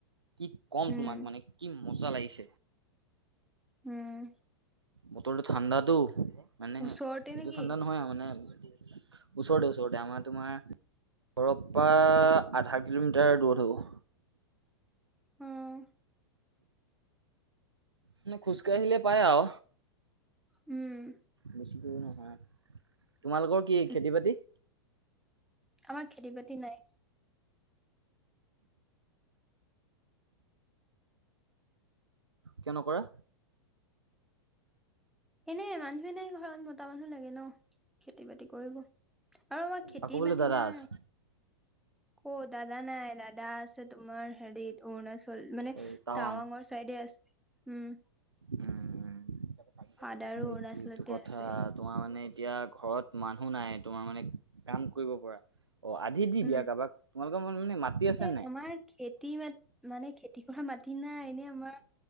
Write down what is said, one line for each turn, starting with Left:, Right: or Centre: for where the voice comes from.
Right: কি কম
Centre: উম
Right: তোমাক মানে কি মজা লাগিছে।
Centre: উম।
Right: বতৰটো ঠাণ্ডাটো মানে
Centre: ওচৰতে
Right: এইটো
Centre: নেকি
Right: ঠাণ্ডা নহয় আও মানে। ওচৰতে ওচৰতে আমাৰ তোমাৰ - ঘৰপা আধা কিলোমিটাৰ দূৰত হ'ব।
Centre: উম।
Right: মানে খোজকাঢ়িলে পায় আও।
Centre: উম।
Right: বেছি দূৰ নহয়, তোমালোকৰ কি
Centre: উ
Right: খেতি বাতি?
Centre: আমাৰ খেতি বাতি নাই।
Right: কিয় নকৰা?
Centre: এনেই মানুহে নাই ঘৰত মতা মানুহ লাগে ন খেতি বাতি কৰিব। আৰু আমাৰ খেতি
Right: আকৌ বোলে
Centre: মাটি
Right: দাদা
Centre: নাই।
Right: আছে
Centre: অ দাদা নাই দাদা আছে তোমাৰ হেৰিত - অৰুণাচল মানে
Right: এই টাৱাং
Centre: টাৱাংৰ চাইডে আছে, উম।
Right: উম উম,
Centre: ফাদাৰো
Right: সেইটোৱে
Centre: অৰুণাচলতে
Right: টো কথা।
Centre: আছে
Right: তোমাৰ মানে এতিয়া ঘৰত মানুহ নাই তোমাৰ মানে কাম কৰিব পৰা। অ, আ - আন্ধি দি
Centre: উম
Right: দিয়া কাৰবাক, তোমালোকৰ মা মানে মাটি আছে
Centre: এই
Right: নাই?
Centre: আমাৰ খেতি মাটি মানে খেতি কৰা মাটি নাই এনেই আমাৰ -